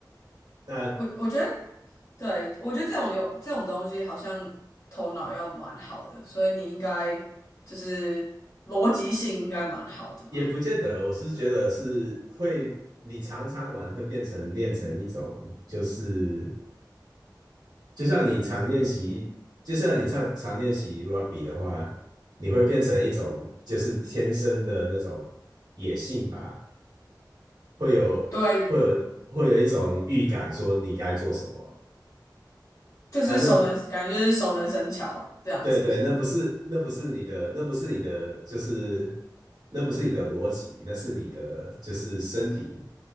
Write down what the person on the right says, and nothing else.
那
也不见得，我是觉得是会，你常常玩会变成练成一种，就是就像你常练习，就像你常常练习 rugby 的话，你会变成一种就是天生的那种野性吧，会有会有会有一种预感说你该做什么
啊？那
对对，
那不是那不是你的，那不是你的，就是那不是你的逻辑，那是你的就是身体